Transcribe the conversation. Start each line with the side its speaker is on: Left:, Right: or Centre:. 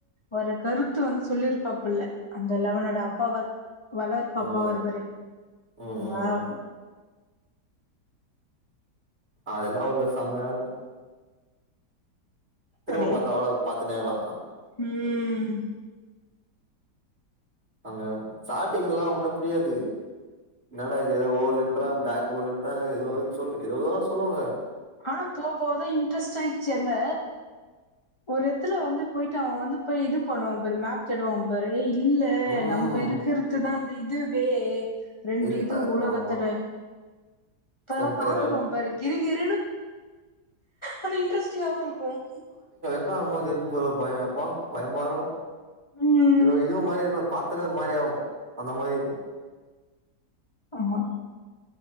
Left: ஒரு கருத்து வந்து சொல்லிருப்பாப்புள்ள அந்த லெவனோட அப்பாவ வளர்ப்பு
Right: ம்
Left: அப்பாவா இருப்பாரே
Right: ம்
Left: நல்லாருக்கு
Right: ம் ம் அதெல்லா உள்ள செமையா இருக்கு திரும்ப
Left: அப்டியே
Right: பாத்தா அவள பாத் னேலா
Left: ம்
Right: அங்க ஸ்டாட்டிங் எல்லா ஒண்ணு புரியாது என்னடா இது ஏதோ வோலுன்றா பிளாக் ஹோலுன்றா ஏது சொல்ல ஏதோதோ சொல்லுவாங்க
Left: ஆனா போ போவதா இன்ட்ரெஸ்ட் ஆயிடுச்சு அந்த ஒரு எத்துல வந்து போயிட்டு அவ வந்து போய் இது பண்ணுவா பாரு மேப் தேடுவா பாரு இல்ல
Right: ம்
Left: நம்ப இருக்கிறதுதா அந்த இதுவே ரெண்டு
Right: இல்
Left: இது உலகத்தட
Right: ஆமா
Left: தல
Right: சென்டரா
Left: காம்பிப்போ பாரு கிருகிரு ஆனா இன்ட்ரெஸ்டிங்கவும் இருக்குங்
Right: ட்காரும் போது இருக்கும் போ ஒரு பயம் எப்பா பயமா ருக்கும்
Left: ம்
Right: யொ இதுவும் மாரி இருக்கும் பா அத்தது மாதிரி ஆகும் அந்த மாதிரி இருக்கும்
Left: அம்மா